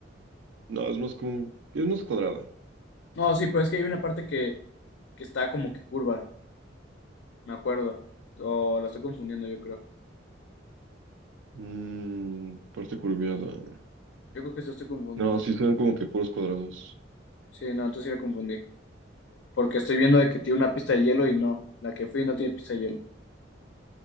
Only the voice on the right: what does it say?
no, es más como, es más cuadrada.
Mm, parte curviada.
No, sí son como que puros cuadrados.